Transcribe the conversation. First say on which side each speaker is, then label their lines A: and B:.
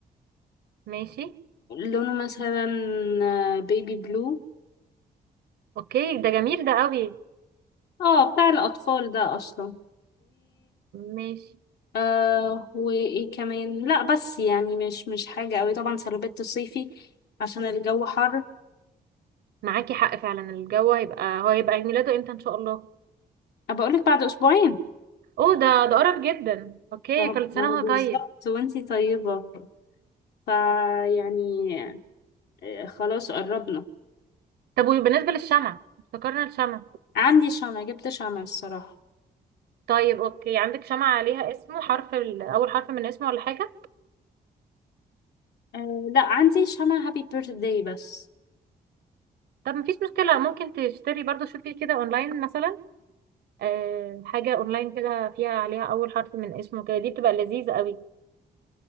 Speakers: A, on the right; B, on the left.
A: ماشي
B: لونه مثلا آه، بيبي بلو
A: اوكي ده جميل ده قوي
B: اه بتاع الأطفال ده أصلا
A: ماشي
B: آه وايه كمان لا بس يعني مش مش حاجة قوي طبعا سلوبيت الصيفي عشان الجو حر
A: معاكي حق فعلا الجو هيبقى هو هيبقى عيد ميلاده امتى ان شاء الله
B: أه بقولك بعد اسبوعين
A: اوه ده ده قرب جدا اوكي
B: ما
A: كل
B: هو
A: سنة
B: ما هو بالظبط
A: وهو طيب
B: وانتي طيبة فيعني آه، خلاص قربنا
A: طب وبالنسبة للشمع افتكرنا الشمع
B: عندي شمع جبت شمع الصراحة
A: طيب اوكي عندك شمعة عليها اسمه حرف ال- اول حرف من اسمه ولا حاجة
B: آه لا عندي شمع هابي بيرثداي بس
A: طب مفيش مشكلة ممكن تشتري برضو شوفي كده اونلاين مثلا أه حاجة اونلاين كده فيها عليها اول حرف من اسمه كده دي بتبقى لذيذة قوي